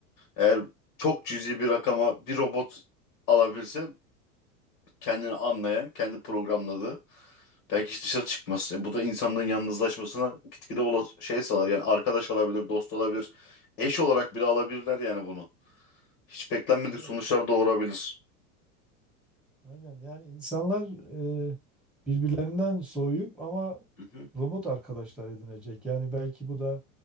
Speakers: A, on the left; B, in the centre.
A: eğer çok cüzi bir rakama bir robot alabilse kendini anlayan, kendi programladığı, belki hiç dışarı çıkmaz. E, bu da insanların yalnızlaşmasına gitgide ola şey sağlar. Yani arkadaş olabilir, dost olabilir, eş olarak bile alabilirler yani bunu. Hiç beklenmedik
B: Evet.
A: sonuçlar doğurabilir.
B: Aynen yani insanlar e, birbirlerinden soğuyup ama
A: Hı hı.
B: robot arkadaşlar edinecek. Yani belki bu da